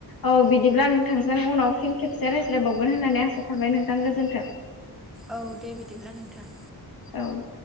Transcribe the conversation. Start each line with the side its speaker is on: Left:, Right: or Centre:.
Left: औ बिदिब्ला नोंथांजों उनाव फिन खेबसे रायज्लायबावगोन होननानै आसा थाबाय नोंथां गोजोन्थों।
Centre: औ दे बिदिब्ला नोंथां।
Left: औ